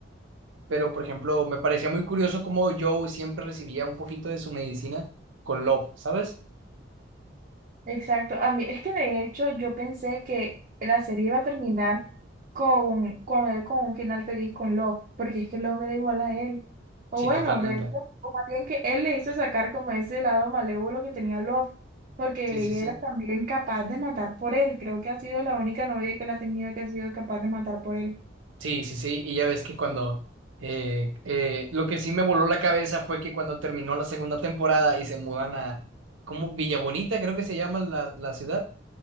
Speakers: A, on the right; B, on the right.
A: Pero, por ejemplo, me parecía muy curioso cómo Joe siempre recibía un poquito de su medicina con Love, ¿sabes?
B: Exacto, a mí es que de hecho yo pensé que la serie iba a terminar con, con él con un final feliz con Love, porque es que Love era igual a él. O
A: Sí,
B: bueno,
A: totalmente.
B: de hecho, o más bien que él le hizo sacar como ese lado malévolo que tenía Love, porque
A: Sí, sí,
B: ella
A: sí.
B: era también capaz de matar por él. Creo que ha sido la única novia que él ha tenido que ha sido capaz de matar por él.
A: Sí, sí, sí. Y ya ves que cuando... eh, eh, lo que sí me voló la cabeza fue que cuando terminó la segunda temporada y se mudan a... ¿Cómo? Villa Bonita, creo que se llama la, la ciudad.